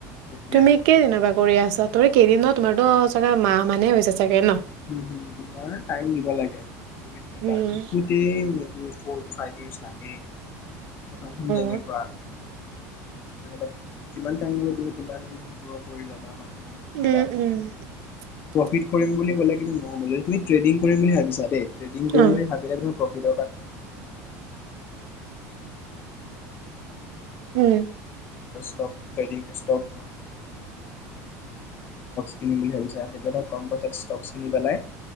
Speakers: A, on the left; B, on the right.
A: তেতিয়াহে
B: তুমি কিয় এনেকুৱা কৰি আছ <unintelligible> কেইদিননো তোমাৰটো চাগে মাহমানহে হৈছে চাগে ন
A: <unintelligible> টাইম দিব লাগে <unintelligible>
B: উম
A: ফৰ ফাইভ ইয়েৰছ লাগেই। <unintelligible>
B: অ
A: <unintelligible> বাট যিমান টাইম লাগিব তুমি সিমান গ্ৰ কৰি যাবা
B: <unintelligible>
A: তিমান শিকিবা প্ৰফিট কৰিম বুলি ক'লে তুমি ট্ৰেডিং কৰিম বুলি ভাবিছা দেই ট্ৰেডিং
B: অ',
A: কৰিম বুলি ভাবিলে ধৰ প্ৰফি।
B: উম,
A: <unintelligible> <inaudible> ষ্টক, ট্ৰেডিং <unintelligible> ষ্টকছ কিনিম বুলি ভাবিছা তেতিয়া ক'ম পইছাত ষ্টক ছ কিনি পেলাই